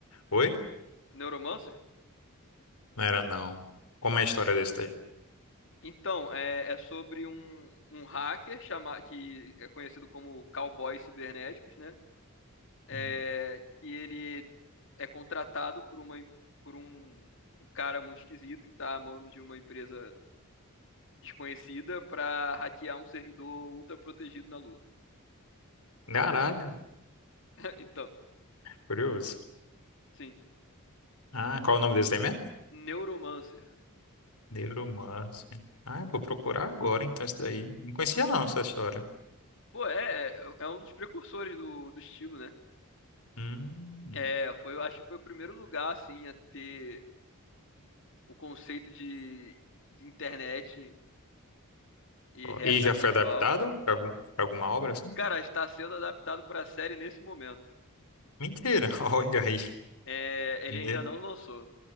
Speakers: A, on the left; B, on the left.
A: Oi?
B: Neuromancer?
A: Não era, não. Como é a história desse daí?
B: Então, é, é sobre um, um hacker chama, que é conhecido como cowboys cibernéticos, né? É,
A: Hum.
B: que ele é contratado por uma por um, um cara muito esquisito que tá amando de uma empresa desconhecida para hackear um servidor ultra protegido na Lua.
A: Caralho,
B: <laughs> Então,
A: curioso.
B: sim.
A: Ah, qual é o nome desse daí mesmo?
B: Neuromancer.
A: Neuromancer. Ah, eu vou procurar agora então isso daí. Não conhecia não essa história.
B: Pô, é, é- é um dos precursores do, do estilo, né?
A: Hum.
B: É, foi, eu acho que foi o primeiro lugar, assim, a ter o conceito de, de internet e
A: Ó,
B: realidade
A: E já foi
B: virtual.
A: adaptado pra, algum, pra alguma obra assim?
B: Cara, está sendo adaptado pra série nesse momento.
A: Mentira, <laughs> olha aí.
B: É, ele ainda
A: né?
B: não lançou,